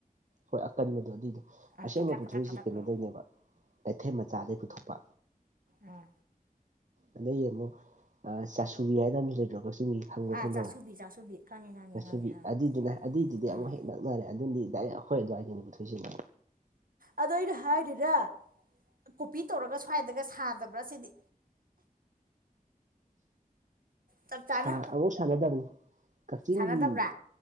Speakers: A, on the right (about 55°); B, on the right (about 75°).
A: ꯍꯣꯏ ꯑꯀꯟꯕꯗꯣ ꯑꯗꯨꯏꯗꯣ
B: ꯑꯪ
A: ꯑꯁꯦꯡꯕ
B: ꯀꯗ꯭ꯔꯥꯛ
A: ꯄꯨꯊꯣꯛꯏꯖꯦ
B: ꯀꯗ꯭ꯔꯥꯛ ꯀꯗ꯭ꯔꯥꯛ
A: ꯀꯩꯅꯣꯗꯩꯅꯦꯕ
B: ꯂꯥꯎ
A: ꯀꯩꯊꯦꯟ ꯃꯆꯥꯗꯩ ꯄꯨꯊꯣꯛꯄ
B: ꯑꯥ
A: ꯑꯗꯩ ꯑꯃꯨꯛ ꯑꯥ ꯆꯥꯁꯨꯕꯤ ꯍꯥꯏꯅ ꯑꯃꯖꯨ ꯂꯩꯇ꯭ꯔꯣ ꯀꯛꯆꯤꯡꯒꯤ ꯈꯪꯕ꯭ꯔꯥ
B: ꯑꯥ
A: ꯈꯪꯗꯕ꯭ꯔꯥ
B: ꯆꯥꯁꯨꯕꯤ ꯆꯥꯁꯨꯕꯤ ꯈꯪꯉꯦ ꯈꯪꯉꯦ
A: ꯆꯥꯁꯨꯕꯤ
B: ꯈꯪꯉꯦ ꯑꯥ
A: ꯑꯗꯨꯏꯗꯨꯅ ꯑꯗꯨꯏꯗꯨꯗꯤ ꯑꯃꯨꯛ
B: ꯑꯥ
A: ꯍꯦꯛ ꯅꯛꯅꯔꯦ ꯑꯗꯨꯗꯤ ꯗꯥꯏꯔꯦꯛ ꯑꯈꯣꯏ ꯑꯗꯨꯋꯥꯏꯗꯩꯅꯤ ꯄꯨꯊꯣꯛꯏꯖꯤꯅ
B: ꯑꯗꯣ ꯑꯩꯅ ꯍꯥꯏꯗꯨꯅ ꯀꯣꯄꯤ ꯇꯧꯔꯒ ꯁ꯭ꯋꯥꯏꯗꯒ ꯁꯥꯗꯕ꯭ꯔꯥ ꯁꯤꯅꯤ ꯆꯞ ꯆꯥꯅ
A: ꯁꯥ ꯑꯃꯨꯛ ꯁꯥꯟꯅꯗꯕꯅꯤ ꯀꯥꯛꯆꯤꯡꯒꯤ
B: ꯁꯥꯟꯅꯗꯕ꯭ꯔꯥ